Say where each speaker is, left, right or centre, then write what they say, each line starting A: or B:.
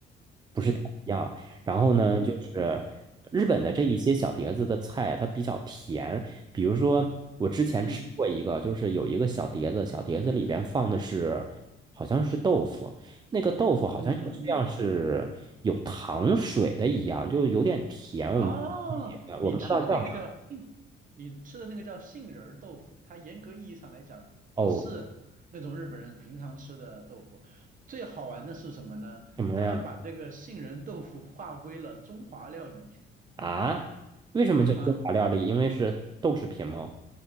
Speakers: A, on the right; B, on the right.
A: 不是太一样。
B: 嗯
A: 然后呢，
B: 嗯
A: 就是日本的这一些小碟子的菜啊，它比较甜。比如说，我之前吃过一个，
B: 嗯嗯
A: 就是有一个小碟子，小碟子里边放的是好像是豆腐。那个豆腐好像有像是有糖水的一样，
B: 嗯嗯嗯嗯
A: 就有点甜，我们不喜欢，
B: 哦，你吃的那个叫杏，
A: 我不知道叫什么。
B: 你吃的那个叫杏仁儿豆腐，它严格意义上来讲不是那种日本人平常吃的豆腐。
A: 哦，
B: 最好玩的是什么呢？
A: 什么呀？
B: 他们把这个杏仁豆腐划归了中华料理
A: 啊？为什么叫中华料理？
B: <laughs> 啊哈，
A: 因为是豆制品吗？